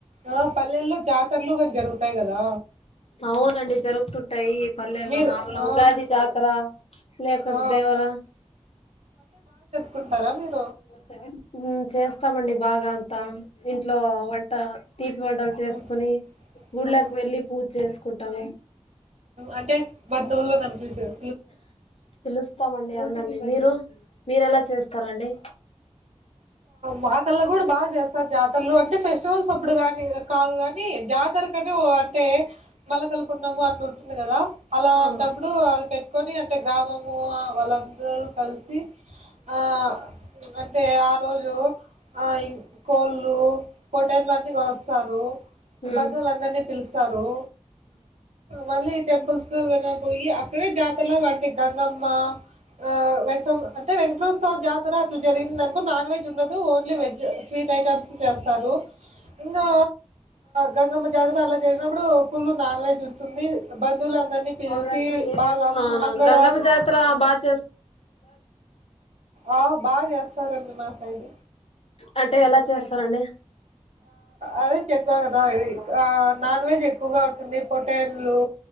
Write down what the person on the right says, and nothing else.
ఆ పల్లెల్లో జాతరలు కూడా జరుగుతాయి కదా
మీరు
ఆ
ఆ
కుంటారా మీరు
హ్మ్
ఆహా
అంటే బంధువులో కనిపిలిచారు
మాకల్లా కూడా బాగా చేస్తారు జాతరలు అంటే ఫెస్టివల్స్ అప్పుడు కాని కాదు కాని జాతరకని అంటే మలకల్పుర్ణము అట్లా ఉంటుంది కదా అలాంటప్పుడు
అది పెట్ కొని అంటే గ్రామము వాళ్ళందరూ కలిసి ఆ అ ఆ రోజు ఆ కోళ్ళు పొట్టేలు అన్ని కోస్తారు
బంధువులు అందరినీ పిలుస్తారు మళ్ళీ టెంపుల్స్ కు విన పోయి అక్కడే జాతరలాగా అంటే గంగమ్మ ఆ వెంక అ వెంకటోత్సవ జాతర అట్లా జరిగింద నాన్ వెజ్ ఉన్నదు ఓన్లీ వెజ్ స్వీట్ ఐటమ్స్ చేస్తారు ఇంకా గంగమ్మ జాతర అలా జరిగినప్పుడు ఫుల్ నాన్ వెజ్ ఉంటుంది బంధువులు అందరినీ పిలిచి
బాగా అక్కడ
ఆ బాగా చేస్తారు అండి మా సైడ్
అదే చేప కదా అది ఆ నాన్ వెజ్ ఎక్కువగా ఉంటుంది పొటాన్లు